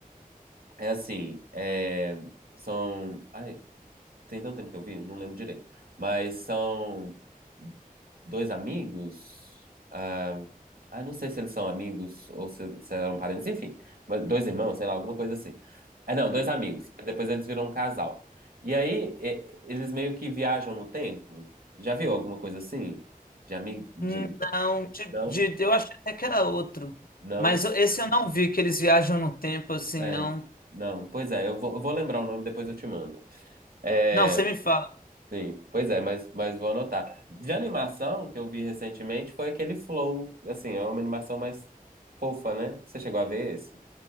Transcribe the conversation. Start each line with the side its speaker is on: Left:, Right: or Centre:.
Right: é assim, é, são. ai, Tem tanto tempo que eu vi, não lembro direito. Mas são dois amigos. Ah, ah, não sei se eles são amigos ou se, se eram parentes, enfim. Mas dois irmãos, sei lá, alguma coisa assim. Ah, não, dois amigos. Depois eles viram um casal. E aí, e- eles meio que viajam no tempo. Já viu alguma coisa assim? De amigo? De...
Left: Hum, não,
Right: Não?
Left: de, de- eu achei até que era outro.
Right: Não?
Left: Mas eu- esse eu não vi, que eles viajam no tempo assim,
Right: É.
Left: não.
Right: Não. Pois é, eu vou, eu vou lembrar o nome, depois eu te mando. É.
Left: Não, você me fala.
Right: Sim, pois é, mas, mas vou anotar. De animação que eu vi recentemente foi aquele Flow. Assim, é uma animação mais fofa, né? Você chegou a ver esse?